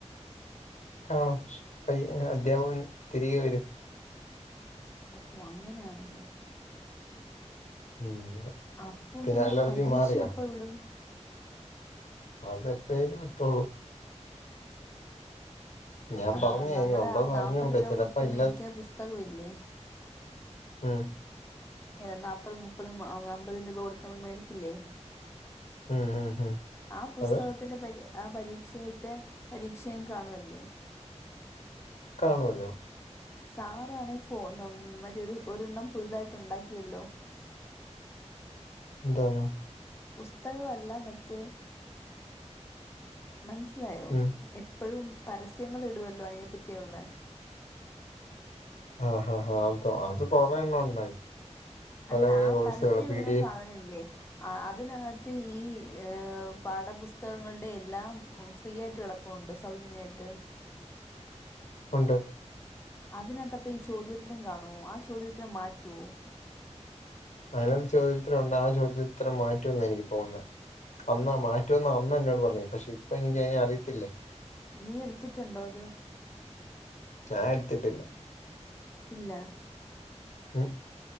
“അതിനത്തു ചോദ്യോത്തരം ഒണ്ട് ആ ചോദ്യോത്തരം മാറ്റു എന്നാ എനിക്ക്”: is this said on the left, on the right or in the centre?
Left